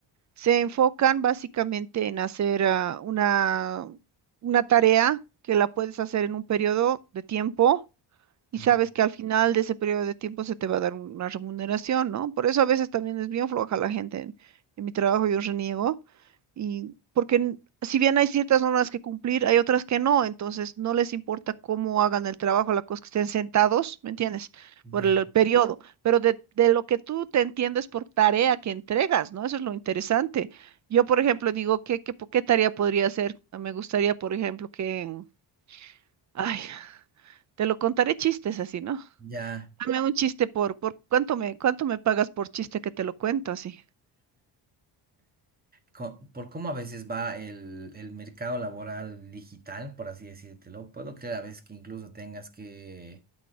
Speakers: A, on the right; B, on the right.
A: Se enfocan básicamente en hacer ah, una, una tarea que la puedes hacer en un periodo de tiempo. Y
B: ya,
A: sabes que al final de ese periodo de tiempo se te va a dar una remuneración, ¿no? Por eso a veces también es bien floja la gente. En, en mi trabajo yo reniego. Y porque n- si bien hay ciertas normas que cumplir, hay otras que no. Entonces no les importa cómo hagan el trabajo, la cosa que estén sentados, ¿me entiendes?
B: ya.
A: Por el, Ujú. periodo. Pero de, de lo que tú te entiendes por tarea que entregas, ¿no? Eso es lo interesante. Yo, por ejemplo, digo, ¿qué, qué, po- qué tarea podría hacer? Me gustaría, por ejemplo, que... en- Ay, <laughs> te lo contaré chistes así, ¿no?
B: ya.
A: Dame un chiste por, por ¿cuánto me, cuánto me pagas por chiste que te lo cuento así?
B: Co- por cómo a veces va el, el mercado laboral digital, por así decírtelo, puedo creer a veces que incluso tengas que